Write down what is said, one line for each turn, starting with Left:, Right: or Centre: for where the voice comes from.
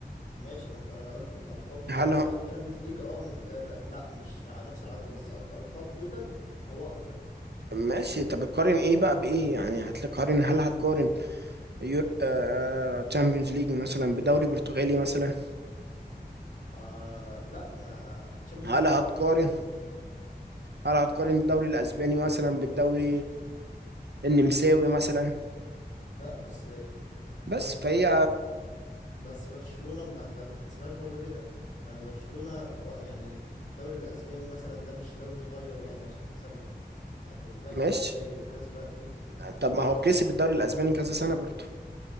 Left: ماشي ما انت قلت بالالقاب فانا
Right: هل
Left: قلت- اه الشامبيونز ليج اه م- آه، لا, لا مش على نفس العدد بس ألق- القاب توتال هو اكتر
Right: ماشي طب تقارن ايه بقى بايه يعني هتقارن هل هتقارن يور آه... تشامبيونز ليج مثلا بدوري برتغالي مثلا
Left: آه لا ما الشامبيونز
Right: هل
Left: ليج
Right: هتقارن
Left: حاجه ودي حاجه
Right: هل هتقارن الدوري الاسباني مثلا بالدوري النمساوي مثلا
Left: لا بس آه، انت
Right: بس
Left: ما ت-
Right: فهي
Left: بس برشلونه ما انت ما تحسبهاش برضو كده ما برشلونه و- يعني الدوري الاسباني مثلا ده مش دوري صغير يعني عشان تكسبه يعني كسباك
Right: ماشي
Left: رايح جاي وكسبه اتلتيكو
Right: طب ما هو كسب الدوري الاسباني كذا سنه برضه